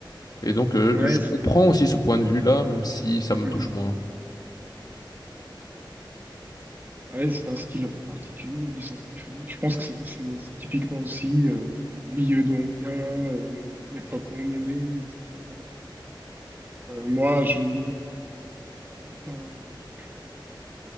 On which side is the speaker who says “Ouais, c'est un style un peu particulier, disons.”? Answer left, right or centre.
Right